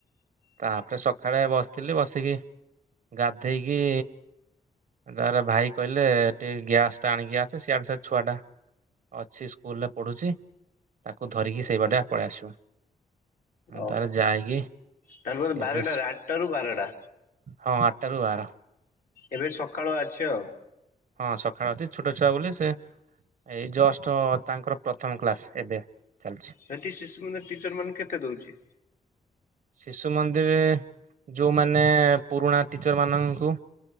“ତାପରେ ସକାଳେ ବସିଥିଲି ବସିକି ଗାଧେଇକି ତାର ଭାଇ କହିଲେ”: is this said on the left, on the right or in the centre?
Right